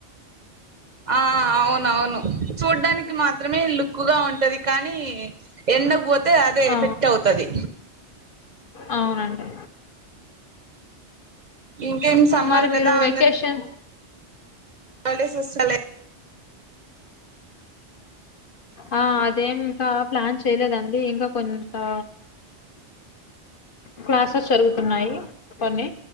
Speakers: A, on the right; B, on the left.
A: ఆ అవును అవును చూడ్డానికి మాత్రమే లుక్గా ఉంటది కానీ ఎండక్ పోతే తే అదే
B: ఆ
A: ఎఫెక్ట్ అవుతది
B: అవునండి
A: ఇంకేం సమ్మర్
B: మరి
A: కదా
B: మీరు వెకేషన్స్
A: అందరు పడే సోస్తలే
B: ఆ అ అదేం ఇంకా ప్లాన్ చేయలేదండి అండి ఇంకా కొంతా క్లాసెస్ జరుగుతున్నాయి కొని